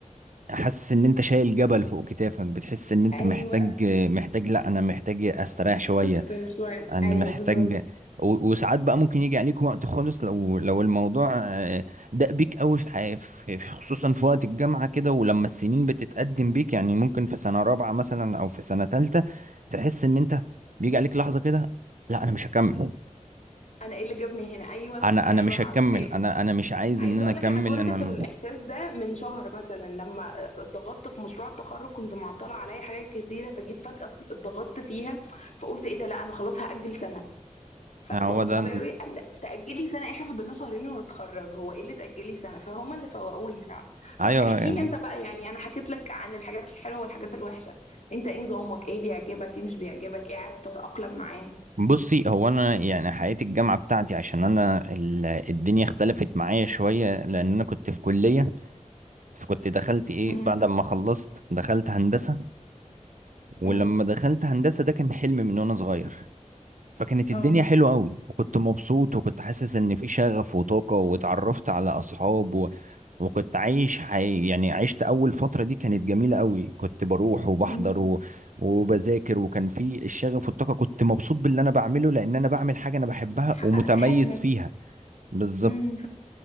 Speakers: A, on the right; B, on the left.
A: حاسس ان انت شايل جبل فوق كتافك بتحس ان انت
B: ايوه
A: محتاج محتاج لا انا محتاج استريح شوية
B: تفصل شوية
A: انا
B: ايوه
A: محتاج
B: بالظبط
A: و- وساعات بقى ممكن يجي عليك وقت خالص لو لو الموضوع آه، داق بيك قوي في حي- في- في- خصوصا في وقت الجامعة كده ولما السنين بتتقدم بيك يعني ممكن في سنة رابعة مثلا او في سنة تالتة تحس ان انت بيجي عليك لحظة كده لا انا مش هكمل
B: انا ايه اللي جابني هنا ايوه
A: انا انا
B: ايوه
A: مش
B: حرفيا
A: هكمل انا انا مش عايز
B: عايزه
A: ان انا
B: اقول
A: اكمل
B: لك انا كنت
A: انا
B: في الاحساس ده من شهر مثلا لما اتضغطت في مشروع التخرج كنت معطله عليا حاجات كتيره فجيت فجاه اتضغطت فيها فقلت ايه ده لا انا خلاص هاجل سنه فبقوا
A: هو ده
B: صحابي قالوا لي لا، تاجلي سنه احنا فضلنا شهرين ونتخرج هو ايه اللي تاجلي سنه فهم اللي فوقوني فعلا
A: ايوه
B: طب احكي
A: يعني
B: لي انت بقى يعني انا حكيت لك عن الحاجات الحلوه والحاجات الوحشه انت ايه نظامك ايه بيعجبك ايه مش بيعجبك ايه عارف تتاقلم معاه
A: بصي هو انا يعني حياة الجامعة بتاعتي عشان انا ال- الدنيا اختلفت معايا شوية لان انا كنت في كلية فكنت دخلت ايه
B: امم
A: بعد ما خلصت دخلت هندسة ولما
B: امم
A: دخلت هندسة ده كان حلم من وانا صغير فكانت
B: اه
A: الدنيا حلوة قوي وكنت مبسوط وكنت حاسس ان في شغف وطاقة واتعرفت على اصحاب و... وكنت عايش حي... يعني عشت اول فترة دي كانت جميلة قوي كنت بروح وبحضر
B: امم
A: و... وبذاكر وكان في الشغف والطاقة كنت مبسوط باللي انا بعمله لان انا بعمل حاجة انا بحبها
B: حققت
A: ومتميز
B: حلمك
A: فيها بالظبط
B: امم